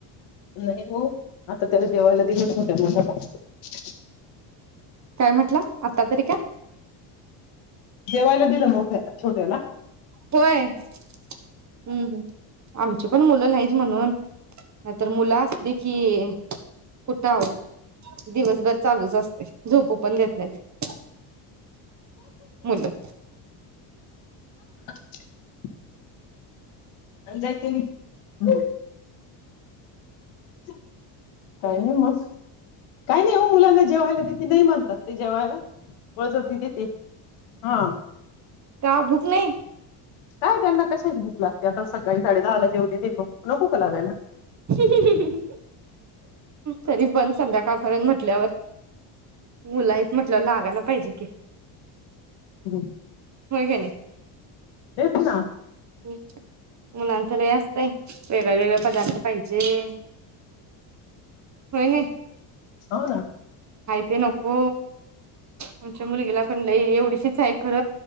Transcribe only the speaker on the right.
काय म्हटला आता तरी काय
होय हम्म हम्म आमची पण मुलं नाहीच म्हणून नाही तर मुलं असती की कुठ अहो. दिवसभर चालूच असते झोपू पण देत नाहीत मुलं.
का भूक नई?
<unintelligible> तरी पण संध्याकाळपर्यंत म्हटल्यावर मुल आहेत म्हटल्यावर लागायला पाहिजे कि
होय ग नी.
ह मुलांच लइ अस ते वेगळ वेगळ पदार पाहिजे होय ने.
ते नको आमच्या मुलगीला पण लई एवढीशी च आये खर